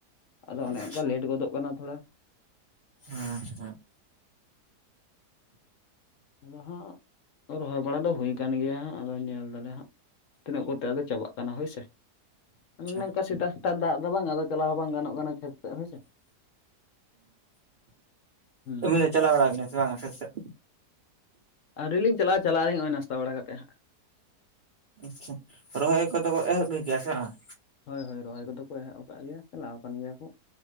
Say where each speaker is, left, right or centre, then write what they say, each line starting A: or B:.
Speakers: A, on the left; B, on the right.
A: ᱟᱫᱚ ᱚᱱᱮ
B: ᱟᱪᱪᱷᱟ
A: ᱚᱱᱠᱟ ᱞᱮᱴ ᱜᱚᱫᱚᱜ ᱠᱟᱱᱟ ᱛᱷᱚᱲᱟ
B: ᱦᱮᱸ ᱦᱮᱸ ᱟᱪᱪᱷᱟ
A: ᱟᱫᱚ ᱦᱟᱜ ᱨᱚᱦᱚᱭ ᱵᱟᱲᱟ ᱫᱚ ᱦᱩᱭ ᱠᱟᱱᱟ ᱠᱟᱱ ᱜᱮᱭᱟ ᱦᱟᱸᱜ ᱟᱫᱚ ᱧᱮᱞ ᱫᱟᱞᱮᱭᱟ ᱦᱟᱸᱜ ᱛᱤᱱᱟᱹᱜ ᱠᱚᱛᱮ ᱟᱫᱚ ᱪᱟᱵᱟᱜ ᱠᱟᱱᱟ ᱦᱳᱭ ᱥᱮ ᱚᱱᱮ ᱚᱝᱠᱟ
B: ᱦᱮᱸ
A: ᱥᱮᱛᱟᱜ ᱥᱮᱛᱟᱜ ᱫᱟᱜ ᱫᱚ ᱵᱟᱝ ᱟᱫᱚ ᱪᱟᱞᱟᱣ ᱦᱚᱸ ᱵᱟᱝ ᱜᱟᱱᱚᱜ ᱠᱟᱱᱟ ᱠᱷᱮᱛ ᱥᱮᱫ ᱦᱳᱭᱥᱮ ᱦᱩᱸ
B: ᱦᱮᱸ ᱫᱚ ᱪᱟᱞᱟᱣ ᱵᱟᱲᱟᱜ ᱟᱠᱟᱱᱟ ᱠᱷᱮᱛ ᱥᱮᱫ
A: ᱟᱹᱣᱨᱤ ᱞᱤᱧ ᱪᱟᱞᱟᱜᱼᱟ ᱪᱟᱞᱟᱜ ᱟᱹᱞᱤᱜ ᱱᱚ-ᱚᱭ ᱱᱟᱥᱛᱟ ᱵᱟᱲᱟᱠᱟᱛᱮᱫ ᱦᱟᱜ
B: ᱟᱪᱪᱷᱟ ᱨᱚᱦᱚᱭ ᱠᱚᱫᱚ ᱠᱚ ᱮᱦᱚᱵ ᱜᱮᱭᱟ ᱥᱮ ᱵᱟᱝ
A: ᱦᱳᱭ ᱦᱳᱭ ᱨᱚᱦᱚᱭ ᱠᱚᱫᱚ ᱠᱚ ᱮᱦᱚᱵ ᱟᱠᱟᱫ ᱜᱮᱭᱟ ᱪᱟᱞᱟᱜ ᱟᱠᱟᱱ ᱜᱮᱭᱟ ᱠᱚ